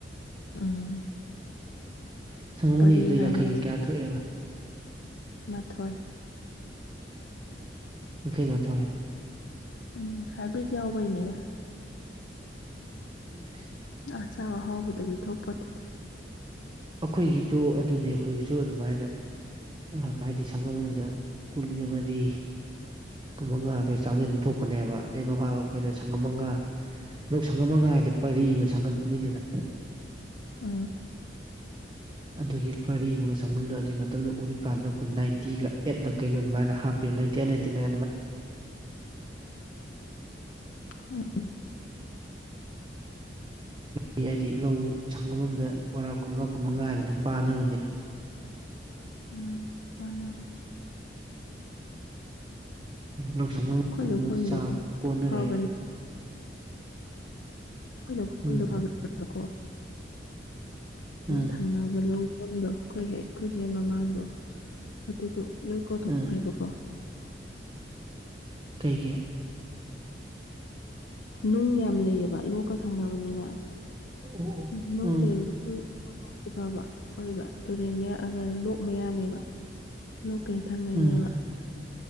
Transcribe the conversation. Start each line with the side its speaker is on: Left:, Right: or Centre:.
Left: ꯎꯝ
Right: ꯁꯪꯒꯝ
Left: ꯄꯔꯤ
Right: ꯑꯅꯤꯗꯨꯗ
Left: ꯍꯥꯏꯔꯒꯅꯦ
Right: ꯌꯥꯡꯈꯩꯒ ꯀꯌꯥ ꯊꯣꯛꯑꯦꯕ
Left: ꯃꯥꯊꯣꯏ
Right: ꯌꯥꯡꯈꯩ ꯃꯥꯊꯣꯏ
Left: ꯎꯝ ꯍꯥꯏꯕ꯭ꯔꯤꯠ ꯌꯥꯎꯕꯩꯅꯦꯗ
Right: ꯎꯝ
Left: ꯑ ꯆꯕ ꯍꯥꯎꯗꯗꯤ ꯊꯣꯄꯠꯇꯦ
Right: ꯑꯩꯈꯣꯏꯒꯤꯗꯣ ꯑꯗꯨꯅꯤ ꯑꯩꯈꯣꯏꯒꯤꯁꯨ ꯑꯗꯨꯃꯥꯏꯅ ꯍꯥꯏꯗꯤ ꯁꯪꯉꯝꯝꯗ ꯀꯨꯟꯒ ꯃꯔꯤ ꯀꯨꯟꯃꯉꯥ ꯑꯗꯨꯗꯋꯥꯏ ꯆꯥꯡꯗꯦꯜ ꯂꯨꯝꯊꯣꯛꯄꯅꯦꯕ ꯑꯗꯩ ꯃꯃꯥ ꯑꯩꯈꯣꯏꯅ ꯁꯪꯒꯝ ꯃꯉꯥ ꯂꯣꯛ ꯁꯪꯉꯝꯃꯒꯥꯁꯦ ꯄꯔꯤ ꯑꯃ ꯁꯪꯉꯝꯅꯤꯗꯅ
Left: ꯎꯝ
Right: ꯑꯗꯨꯒꯤ ꯄꯔꯤ ꯑꯃꯒ ꯆꯪꯒꯝꯅ ꯑꯗꯨꯒꯤ ꯃꯇꯝꯗ ꯎꯔꯤꯀꯥꯟꯗ ꯑꯩꯈꯣꯏ ꯅꯥꯏꯟꯇꯤꯒ ꯑꯦꯠꯂ ꯀꯩꯅꯣ ꯑꯗꯨꯃꯥꯏꯅ ꯍꯥꯞꯄ ꯇꯅꯦꯇꯅꯦ
Left: ꯎꯝ
Right: ꯃꯤ ꯍꯥꯏꯗꯤ ꯂꯧ ꯁꯪꯒꯝꯗꯔꯥ ꯀꯨꯟꯃꯉꯥ ꯀꯨꯟꯃꯉꯥꯅ ꯑꯗꯨꯝ ꯄꯥꯅꯕꯅꯦ
Left: ꯎꯝ ꯀꯅꯒ
Right: ꯂꯧꯁꯪ ꯑꯃ
Left: ꯑꯩꯈꯣꯏ ꯂꯧꯐꯝꯗꯣ
Right: ꯎꯗꯤ ꯆꯥꯕ ꯀꯣꯟꯅꯔꯦ
Left: ꯐꯕꯅꯦ ꯑꯩ ꯂꯧꯗꯥꯣ
Right: ꯎꯝ ꯑꯥ
Left: ꯊꯪꯅꯕ ꯂꯧꯐꯝꯗꯣ ꯑꯩꯈꯣꯏ ꯍ ꯑꯩꯈꯣꯏꯒꯤ ꯍꯦꯛ ꯃꯃꯥꯡꯗꯣ ꯑꯗꯨꯗꯣ ꯂꯣꯏ ꯀꯣꯊꯣꯛꯈ꯭ꯔꯦꯕꯀꯣ
Right: ꯑꯥ ꯀꯩꯒꯤꯦ
Left: ꯅꯨꯡ ꯌꯥꯝ ꯂꯩꯌꯦꯕ ꯂꯣꯛꯀ ꯊꯪꯅꯕꯅꯤꯅ
Right: ꯑꯣ
Left: ꯎ ꯅꯨꯡ
Right: ꯎꯝ
Left: ꯂꯩꯔꯒꯁꯨ ꯄꯊꯣꯛꯇꯤ ꯐꯕ ꯑꯣꯏꯕ ꯇꯨꯔꯦꯟ ꯃꯌꯥꯛꯑꯒ ꯂꯣꯛ ꯃꯌꯥꯅꯦꯕ ꯂꯣꯛꯀꯩꯦ ꯊꯪꯅꯩꯅꯦꯕ
Right: ꯎꯝ